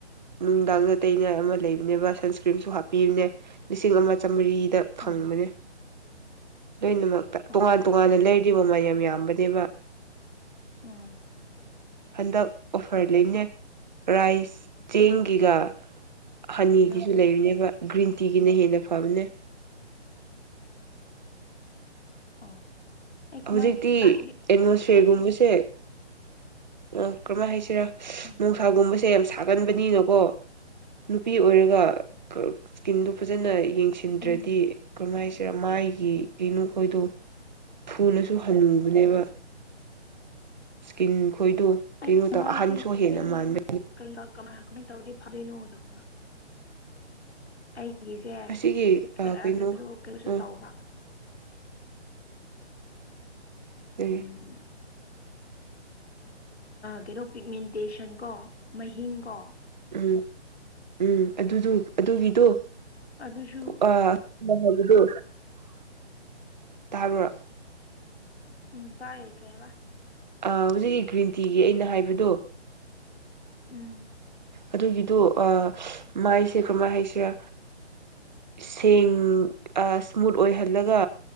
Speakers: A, on the right; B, on the left.
A: ꯅꯨꯡꯗꯥꯡ ꯇꯩꯅꯩꯅ ꯑꯃ ꯂꯩꯕꯅꯦꯕ ꯁꯟꯁꯀ꯭ꯔꯤꯟꯁꯨ ꯍꯥꯞꯄꯤꯕꯅꯦ ꯂꯤꯁꯤꯡ ꯑꯃ ꯆꯥꯃꯔꯤꯗ ꯐꯪꯕꯅꯤ
B: ꯑꯥ
A: ꯂꯣꯏꯅꯃꯛꯇ ꯇꯣꯉꯥꯟ
B: ꯑꯣ ꯑꯣ
A: ꯇꯣꯉꯥꯟꯅ ꯂꯩꯔꯤꯕ ꯃꯌꯥꯝ ꯌꯥꯝꯕꯅꯦꯕ
B: ꯎꯝ
A: ꯍꯟꯗꯛ ꯑꯣꯐꯔ ꯂꯩꯅꯦ ꯔꯥꯏꯁ ꯆꯦꯡꯒꯤꯒ ꯍꯅꯤꯒꯤꯁꯨ
B: ꯀꯩꯅꯣ
A: ꯂꯩꯔꯤꯨꯅꯦꯕ ꯒ꯭ꯔꯤꯟ ꯇꯤꯒꯤꯅ ꯍꯦꯟꯅ ꯐꯕꯅꯦ
B: ꯑꯣ ꯑꯩ
A: ꯍꯧꯖꯤꯛꯇꯤ
B: ꯃꯥꯏꯗꯤ
A: ꯑꯦꯠꯃꯣꯁꯐꯤꯌꯔꯒꯨꯝꯕꯁꯦ ꯑ ꯀꯔꯝꯍꯥꯏꯅ ꯍꯥꯏꯁꯤꯔꯥ
B: ꯎꯝ
A: ꯅꯨꯡꯁꯥꯒꯨꯝꯕꯁꯦ ꯌꯥꯝ ꯁꯥꯒꯟꯕꯅꯤꯅꯀꯣ ꯅꯨꯄꯤ ꯑꯣꯏꯔꯒ ꯏꯁꯀꯤꯝꯗꯨ ꯐꯖꯅ ꯌꯦꯡꯁꯤꯟꯗ꯭ꯔꯗꯤ
B: ꯎꯝ
A: ꯀꯔꯝꯍꯥꯏ ꯁꯤꯔ ꯃꯥꯏꯒꯤ ꯀꯩꯅꯣꯈꯣꯏꯗꯣ ꯊꯨꯅꯁꯨ ꯍꯜꯂꯨꯕꯅꯦꯕ ꯏꯁꯀꯤꯟ ꯈꯣꯏꯗꯨ
B: ꯑꯩ
A: ꯀꯩꯅꯣ ꯇ
B: ꯃꯥꯏꯁꯦ
A: ꯑꯍꯟꯁꯨ ꯍꯦꯟꯅ
B: ꯑꯩ
A: ꯃꯥꯟꯕ
B: ꯀꯩ ꯀꯃꯥꯏ ꯀꯃꯥꯏꯅ ꯇꯧꯔꯗꯤ ꯐꯗꯣꯏꯅꯣ ꯇꯧꯕ ꯑꯩꯒꯤꯁꯦꯩꯅ
A: ꯑꯁꯤꯒꯤ ꯀꯩꯅꯣ
B: ꯀꯩꯁꯨ
A: ꯎꯝ
B: ꯇꯧꯕ
A: ꯎꯝ
B: ꯎꯝ ꯀꯩꯅꯣ ꯄꯤꯛꯃꯦꯟꯇꯦꯁꯟ ꯀꯣ ꯃꯍꯤꯡ ꯀꯣ
A: ꯎꯝ ꯎꯝ ꯑꯗꯨꯗꯨ ꯑꯗꯨꯒꯤꯗꯣ
B: ꯑꯗꯨꯁꯨ
A: ꯍ ꯍꯥꯏꯕꯤꯗꯨ ꯇꯕ
B: ꯎꯝ ꯇꯥꯏ ꯀꯌꯥꯕ
A: ꯍꯧꯖꯤꯛꯀꯤ ꯒ꯭ꯔꯤꯟ ꯇꯤꯒꯤ ꯑꯩꯅ ꯍꯥꯏꯕꯗꯣ
B: ꯎꯝ
A: ꯑꯗꯨꯒꯤꯗꯣ ꯃꯥꯏꯁꯦ ꯀꯔꯃꯥꯏꯅ ꯍꯥꯏꯁꯤꯔ ꯁꯦꯡ ꯏꯁꯃꯨꯠ ꯑꯣꯏꯍꯜꯂꯒ